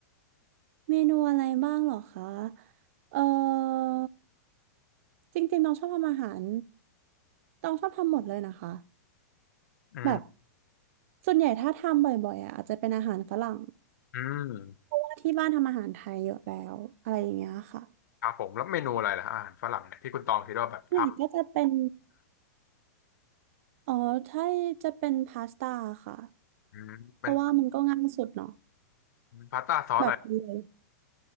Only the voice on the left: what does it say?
อืม
อืม
ครับผมแล้วเมนูอะไรล่ะอาหารฝรั่งเนี่ยที่คุณตองคิดว่าแบบท
ำอืมเป็น
พาสต้าซอสอะไร